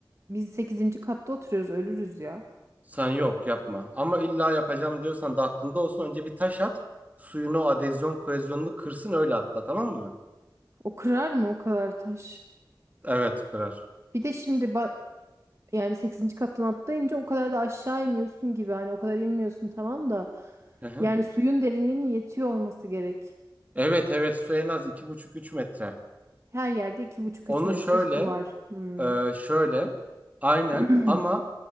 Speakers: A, on the right; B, on the right.
A: biz sekizinci katta oturuyoruz. Ölürüz ya.
B: Sen yok yapma. Ama illa yapacağım diyorsan da aklında olsun. Önce bir taş at. Suyun o adezyon kohezyonunu kırsın öyle atla tamam mı?
A: O kırar mı o kadar taş?
B: Evet kırar.
A: Bir de şimdi ba- yani sekizinci kattan atlayınca o kadar da aşağı iniyorsun gibi hani o kadar inmiyorsun tamam da
B: Hı hı.
A: yani suyun derinliğinin yetiyor olması gerek.
B: Evet evet su en az iki buçuk üç metre.
A: Her yerde iki buçuk
B: Onu
A: üç metre
B: şöyle
A: su var. Hmm.
B: Ee, şöyle, aynen
A: <clears throat>
B: ama